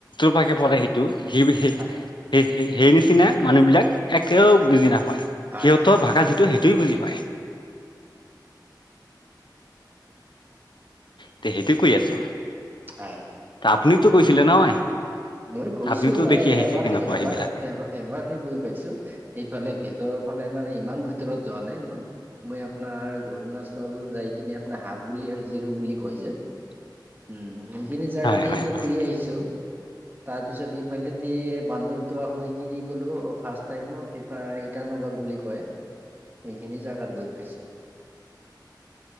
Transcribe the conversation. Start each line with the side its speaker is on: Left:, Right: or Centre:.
Left: ষাকে পৰে সেইটো সেই সেই
Right: হয়,
Left: সেই নিচিনা মানুহ বিলাক একেও বুজি নাপায় সিহঁতৰ
Right: হয়,
Left: ভাষা
Right: হয়,
Left: যিটো সেইটোৱে বুজি পায়। তে সেইটো কৈ আছো
Right: হয়।
Left: আপুনতো কৈছিলে নহয়
Right: মই গৈছো
Left: আপুনিতো
Right: মানে
Left: দেখি আহিছে
Right: এবাৰ
Left: কেনেকুৱা
Right: এবাৰ
Left: সেইবিলাক
Right: এবাৰ এবাৰ সে গৈ পাইছো সেফালে ভিতৰত ফালে মানে ইমান ভিতৰত যোৱা নাই মই মই আপোনাৰ অৰুণাচল যাই কিনে আপোনাৰ হাবুলি আৰু জিৰো বুলি কৈ যে
Left: <inaudible>
Right: উম সেই খিনি জাগা
Left: হয়
Right: দি
Left: হয়
Right: আমি
Left: হয়
Right: ঘুৰি আহিছো তাৰ পিছত ই ফালেদি বান্দৰদোৱা হৈ কিনি গ'লো ফাৰ্ষ্ট টাইমত ইটানগৰ বুলি কয় সেইখিনি জোগাত গৈ পাইছ